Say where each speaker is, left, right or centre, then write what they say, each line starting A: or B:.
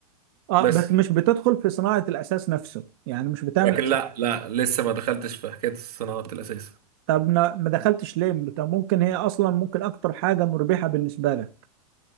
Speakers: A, on the right (about 40°); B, on the right (about 75°).
A: اه
B: بس
A: بس مش بتدخل في صناعة الأساس نفسه يعني مش بتعمل
B: لكن
A: أساس
B: لا لا لسه ما دخلتش في حكاية الصناعات الأساسية
A: طب ما ما دخلتش ليه طب ممكن هي أصلا ممكن أكتر حاجة مربحة بالنسبة لك